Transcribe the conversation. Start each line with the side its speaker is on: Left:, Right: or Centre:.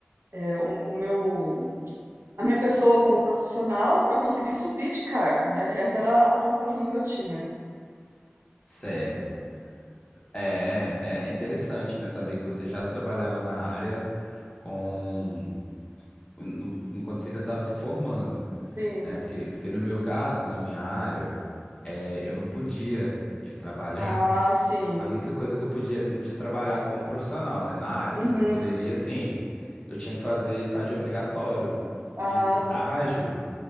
Right: é, o, o meu, a minha pessoa como profissional para conseguir subir de cargo, né? Essa era a preocupação que eu tinha.
Left: certo. É, é, é interessante, né? Saber que você já trabalhava na área com, no- enquanto você ainda estava se formando.
Right: Sim,
Left: É, porque, porque no meu caso, na minha área, é, eu não podia de trabalhar.
Right: Ah,
Left: <laughs>
Right: sim.
Left: A única coisa que eu podia, não podia trabalhar como profissional, né, na área,
Right: Uhum.
Left: mas eu poderia, assim, eu tinha que fazer estágio obrigatório.
Right: Ah,
Left: E esse estágio,
Right: sim.